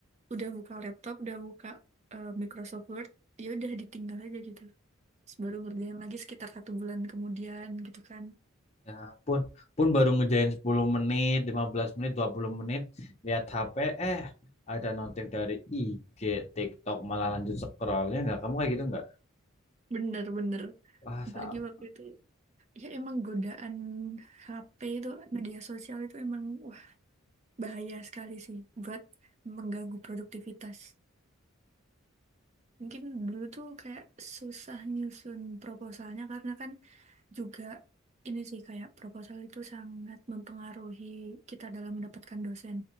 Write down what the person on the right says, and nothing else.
udah buka laptop, udah buka eh, Microsoft Word, ya udah ditinggal aja gitu. Terus baru ngerjain lagi sekitar satu bulan kemudian gitu kan.
Bener-bener.
Apalagi waktu itu, ya emang godaan HP itu, media sosial itu emang wah bahaya sekali sih buat mengganggu produktivitas. Mungkin dulu tuh kayak susah nyusun proposalnya karena kan juga ini sih kayak proposal itu sangat mempengaruhi kita dalam mendapatkan dosen.